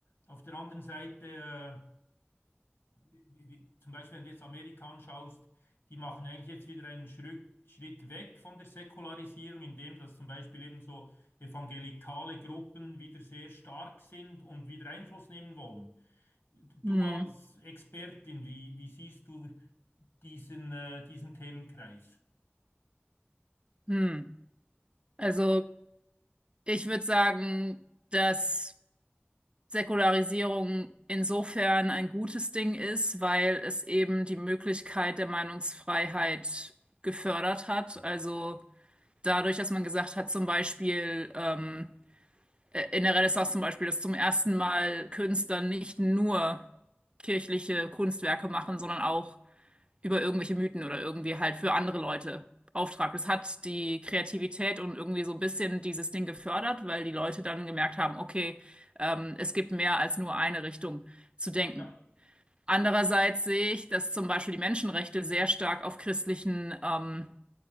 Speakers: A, on the left (about 70°); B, on the right (about 25°).
A: Auf der anderen Seite äh, wie, zum Beispiel, wenn du jetzt Amerika anschaust, die machen eigentlich jetzt wieder einen Schritt, Schritt weg von der Säkularisierung, indem dass zum Beispiel eben so evangelikale Gruppen wieder sehr stark sind und wieder Einfluss nehmen wollen. Du
B: Mhm.
A: als Expertin, wie, wie siehst du diesen, äh, diesen Themenkreis?
B: Mhm. Also ich würde sagen, dass Säkularisierung insofern ein gutes Ding ist, weil es eben die Möglichkeit der Meinungsfreiheit gefördert hat. Also dadurch, dass man gesagt hat, zum Beispiel ähm, äh, in der Renaissance zum Beispiel, dass zum ersten Mal Künstlern nicht nur kirchliche Kunstwerke machen, sondern auch über irgendwelche Mythen oder irgendwie halt für andere Leute Auftrag. Das hat die Kreativität und irgendwie so ein bisschen dieses Ding gefördert, weil die Leute dann gemerkt haben, okay, ähm, es gibt mehr als nur eine Richtung zu denken.
A: Ja,
B: Andererseits sehe ich, dass zum Beispiel die Menschenrechte sehr stark auf christlichen ähm,